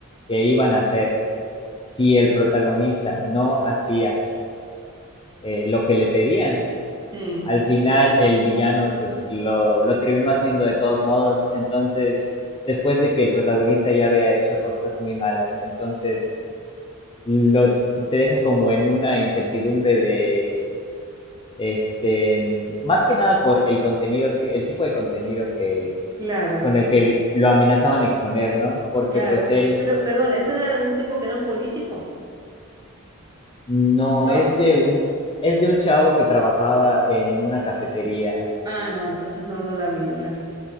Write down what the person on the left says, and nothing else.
que iban a hacer si el protagonista no hacía eh, lo que le pedían,
al final el villano pues lo, lo terminó haciendo de todos modos. Entonces, después de que el protagonista ya había hecho cosas muy malas, entonces lo, te deja como en una incertidumbre de, este, más que nada por el contenido que, el tipo de contenido que,
con el que lo amenazaban exponer, ¿no? Porque
pues él
no
es de un, es de un chavo que trabajaba en una cafetería.